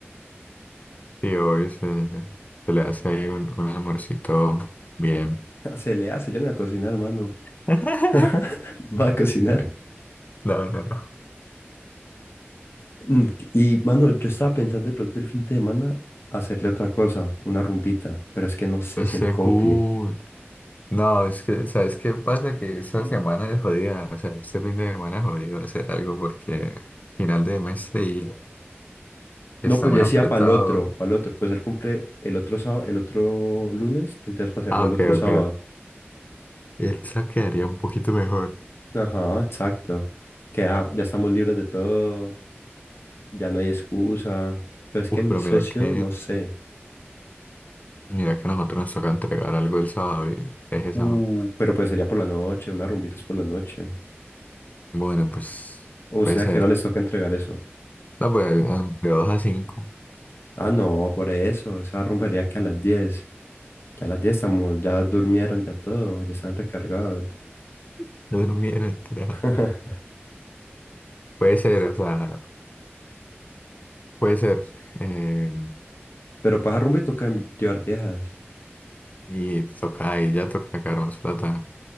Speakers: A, on the left (about 35°); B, on the left (about 65°).
A: Y hoy se, se le hace ahí un, un almuercito bien.
B: <laughs> Se le hace, yo no voy a cocinar, mano.
A: <laughs>
B: <laughs> Va a cocinar.
A: No, no, no.
B: Mm, Y, mano, yo estaba pensando de pronto el fin de semana hacerle otra cosa, una rumbita, pero es que no sé si
A: Según...
B: él copie.
A: No, es que, ¿sabes qué pasa? Que esta semana es jodida, o sea, este fin de semana es jodido hacer algo porque final de mes y Está
B: No, pues
A: muy
B: yo decía
A: apretado.
B: para el otro, para el otro, pues él cumple el otro sábado, el otro lunes, entonces para hacerlo
A: Ah,
B: el
A: ok,
B: otro sábado.
A: ok. ok. Esa quedaría un poquito mejor.
B: Ajá, exacto. Que ya, ya estamos libres de todo, ya no hay excusa. Pero es
A: Uf,
B: que mi
A: pero
B: socio,
A: mira que,
B: no sé.
A: mira que a nosotros nos toca entregar algo el sábado. y Es el
B: Uh,
A: sábado.
B: pero pues sería por la noche, unas rumbitas por la noche.
A: Bueno, pues
B: ¿O usted
A: puede ser.
B: a qué hora les toca entregar eso?
A: No, pues eh, de dos a cinco
B: Ah, no, por eso, esa rumbería que a las diez Ya a las 10 estamos, ya durmieron, ya todo, ya están recargados.
A: <laughs> No no, mira, <laughs>
B: <laughs>
A: Puede ser, o sea, puede ser. Eh,
B: Pero para esa rumba y toca llevar viejas.
A: y toca ahí, ya toca sacar más plata.